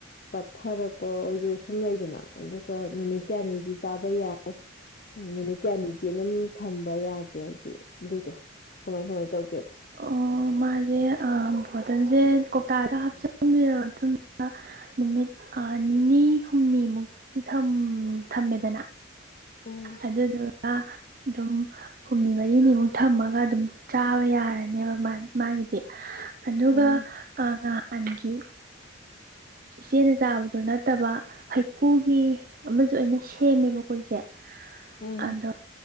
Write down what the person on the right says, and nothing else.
ꯑꯣ ꯃꯥꯁꯦ ꯕꯣꯇꯜꯁꯦ ꯀꯧꯇꯥꯗ ꯍꯥꯞꯆꯤꯟꯕꯤꯔꯕ ꯃꯇꯨꯡ ꯅꯨꯃꯤꯠ ꯅꯤꯅꯤ ꯍꯨꯝꯅꯤꯃꯨꯛꯇꯤ ꯊꯝꯃꯦꯗꯅ
ꯑꯗꯨꯗꯨꯒ ꯑꯗꯨꯝ ꯍꯨꯝꯅꯤ ꯃꯔꯤꯅꯤꯃꯨꯛ ꯊꯝꯃꯒ ꯑꯗꯨ ꯆꯥꯕ ꯌꯥꯔꯅꯦꯕ ꯃꯥꯒꯤꯗꯤ ꯑꯗꯨꯒ
ꯑꯒꯤ ꯏꯆꯦꯅ ꯆꯥꯕꯗꯨ ꯅꯠꯇꯕ ꯍꯩꯀꯨꯒꯤ ꯑꯃꯁꯨ ꯑꯩꯅ ꯁꯦꯝꯃꯦꯕ ꯑꯩꯏꯁꯦ
ꯑꯗꯣ